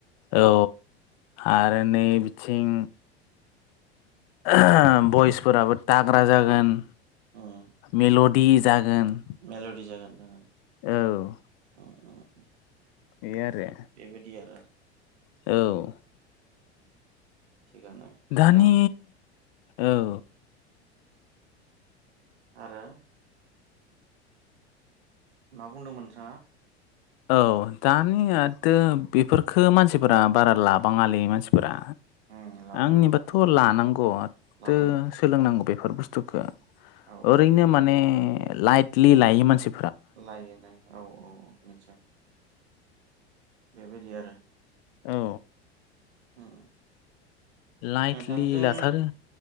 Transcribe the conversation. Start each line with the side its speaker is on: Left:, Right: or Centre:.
Left: औ आरो नै बिथिं <unintelligible> भइसफोराबो थांबा ग्रा जागोन
Right: उम
Left: मेल'डि जागोन।
Right: मेल'डि जागोन जागोन
Left: औ
Right: <unintelligible>
Left: बे आरो
Right: बेबायदि आरो
Left: औ
Right: थिगानो
Left: दानि
Right: गाहाम
Left: औ
Right: आरो मा बुंदोंमोन नोंथाङा?
Left: औ दानियातो बेफोरखो मानसिफोरा बारा लाबाङालै मानसिफोरा।
Right: उम लाबाङा
Left: आंनिबाथ'
Right: लाबाङा
Left: लानांगौ आदतो
Right: लानांगौ
Left: सोलोंनांगौ
Right: लानांगौ
Left: बेफोर बुस्थुखो
Right: औ
Left: ओरैनो माने लाइटलि लायो मानसि
Right: लायोनै औ औ नितसय बेबायदि आरो।
Left: औ
Right: उम
Left: लाइटलि
Right: नोंथांजों
Left: लाथारो